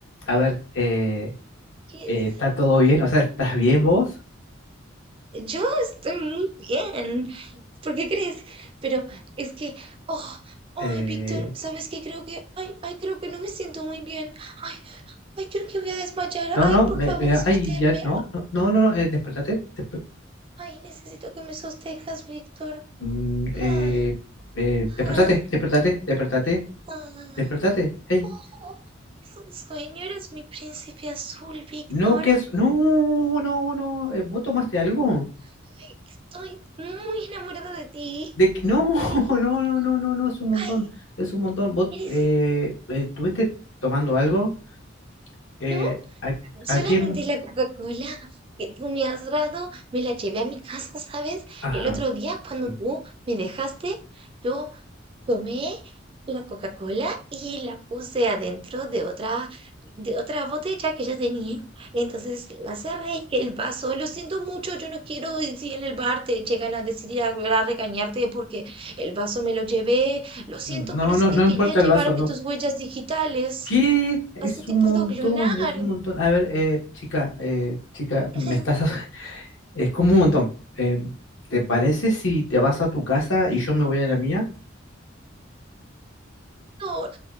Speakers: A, on the left; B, on the right.
A: a ver, eh,
B: Que-
A: eh, ¿está todo bien? O sea, ¿estás bien vos?
B: Yo estoy muy bien. ¿Por qué crees? Pero es que, oh, ay,
A: Eh,
B: Víctor, ¿sabes qué? Creo que, ay, ay, creo que no me siento muy bien. Ay, ay, creo que voy a desmayar.
A: no,
B: Ay,
A: no,
B: por
A: le-
B: favor,
A: le-
B: sosténme.
A: ay, ya, no, no, no, no, no, eh, despertate, despe-
B: Ay, necesito que me sostengas, Víctor.
A: mm, eh,
B: Ah,
A: eh, despertate,
B: ah,
A: despertate, despertate,
B: ah.
A: despertate, ey.
B: Oh, es un sueño, eres mi príncipe azul, Víctor.
A: no, ¿qué es? No, no, no, eh, ¿vos tomaste algo?
B: Ay, estoy muy enamorada de ti.
A: De, que- no, <laughs>
B: <laughs>
A: no, no, no, no, no, es un montón,
B: Ay,
A: es un montón. ¿Vos
B: eres
A: eh, eh, tuviste tomando algo? eh,
B: yo
A: a,
B: Solamente
A: a quién?
B: la Coca-Cola que tú me has dado, me la llevé a mi casa, <laughs> ¿sabes?
A: Ajá.
B: El otro día cuando
A: sí.
B: tú me dejaste, yo tomé la Coca-Cola y la puse adentro de otra, de otra botella que yo tenía. Entonces la cerré en el vaso. Lo siento mucho, yo no quiero decir en el bar te llegan a decir a, a regañarte porque el vaso me lo llevé. Lo siento,
A: No,
B: pero es
A: no,
B: que
A: no me
B: quería
A: importa
B: llevarme
A: el vaso, no.
B: tus huellas digitales.
A: ¿Qué? Es
B: Así te
A: un
B: puedo
A: montón,
B: clonar.
A: es un montón. A ver, eh, chica, eh, chica, me
B: <laughs>
A: estás. <laughs> Es como un montón. Eh, ¿te parece si te vas a tu casa y yo me voy a la mía?
B: Víctor,